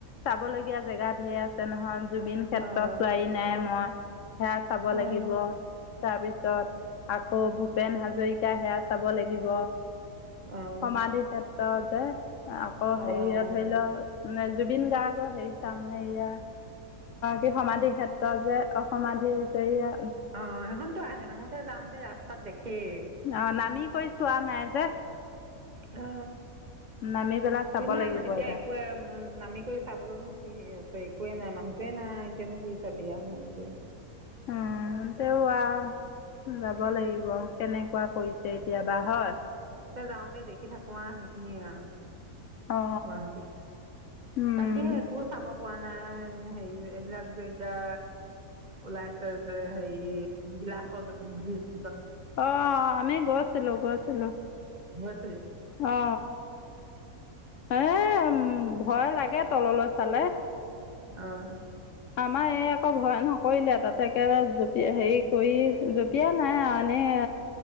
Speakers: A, on the left; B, on the right.
A: চাব লগীয়া জেগাত সেয়া আছে নহৈ জুবিন ক্ষেত্ৰ
B: অঁ
A: চোৱাহি নাই মই সেৰা চাব লাগিব
B: অঁ
A: তাৰপিছত পিছত আকৌ ভূপেন হাজৰিকা সেয়া চাব লাগিব।
B: অঁ
A: সমাধি ক্ষেত্ৰত তে আকৌ হেৰি
B: অঁ অঁ
A: ধৰি লোৱা নে্ জুবিন গাৰ্গৰ হেৰি চাময়া কি সমাধি ক্ষেত্ৰত যে অসমাধি হৈছেয়া
B: অ সেইখনতো আহ আহোতে যাওঁতে ৰাস্তাত দেখেই
A: অ নামি কৈ চোৱা নাই যে।
B: অ
A: নামি পেলাই চাব
B: কিন্ত
A: লাগিব
B: এতিয়া
A: এবাৰ
B: একোৱ নামি কৰি চাবলৈনো কি একো এই নাই মানুহটোৱে নাই এতিয়ানো কি চাবি আৰু এনেকে
A: উম তেও আ যাব লাগিব কেনেক কোৱা কৰিছে এতিয়া বাঁহত।
B: যাওঁতেই দেখি থাকো আ সেইখিনিয়ে আ
A: অ
B: গুৱাহাটীত
A: উম
B: তাকেহে একো চাব পোৱা নাই হেৰি এইবিলাক যে এতিয়া ওলাইছে যে হেৰি বিলাচত বজ।
A: অ আমি গছ। <unintelligible>
B: হয়
A: অ এ ভয় লাগে তললৈ চালে
B: অঁ
A: আমাৰ এই আকৌ ভয় ন। কৰিলে তাতে একেবাৰে জপিয় হেৰি কৰি জঁপিয়া নাই আৰু এনেই